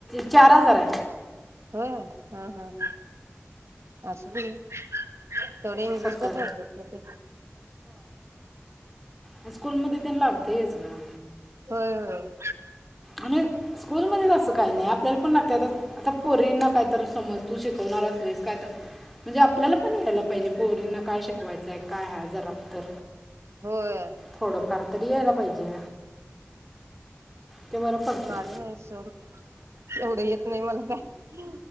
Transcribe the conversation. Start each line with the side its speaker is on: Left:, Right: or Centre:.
Centre: चार हजाराय
Right: होय ह ह ह असुदे घे थोडी इंग्लिशला
Centre: सत्तर
Right: पळत्यात गं ते
Centre: हॅस्कूल मदे तेन लागतंयच गं
Right: होय होय
Centre: आणि स्कूल मदेच अस काय नई आ आपल्याला पण लागतंय आता आता पोरींना काय तर समज तू शिकवणार असलीस काय तर म्हणजे आपल्याला पण यायला पाहिजे पोरींना काय शिकवायचाय आय काय हाय जरा तर
Right: होय
Centre: थोडंफार तरी यायला पाहिजे ते बरं पडते
Right: मारून याय सोड एवढं येत नई मला काय